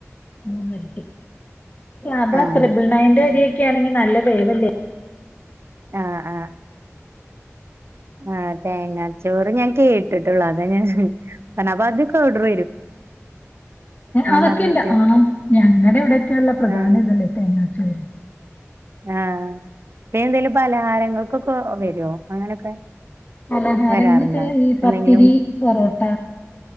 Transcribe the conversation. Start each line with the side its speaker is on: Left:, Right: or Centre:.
Left: മൂന്നേരട്ടി അതാ
Right: ആഹ്
Left: ത്രിബിൾ നയന്റെ അരിക്കെ ണെങ്ക നല്ല വേവല്ലേ
Right: ആഹ് ആഹ് ആ തേങ്ങാച്ചോറ് ഞാൻ കേട്ടിട്ടുള്ളു അത ഞാൻ അപ്പൊ അതക്കെ ഓഡർ
Left: അതൊക്കെയല്ല
Right: പറഞ്ഞിട്ട്
Left: ആ ഞങ്ങളുടെ ഇവിടെൊക്കെയള്ള പ്രധാന
Right: ആഹ്
Left: തല്ലേ എന്നന്ന ചെയ
Right: ആഹ് പിന്നെന്തേലും പലഹാരങ്ങൾക്കൊക്കെ വരുവോ അങ്ങനൊക്കെ
Left: പലഹാരം
Right: വരാറുണ്ടോ
Left: എന്നിട്ട് ഈ പത്തിരി
Right: എന്തെങ്കിലും
Left: പൊറോട്ട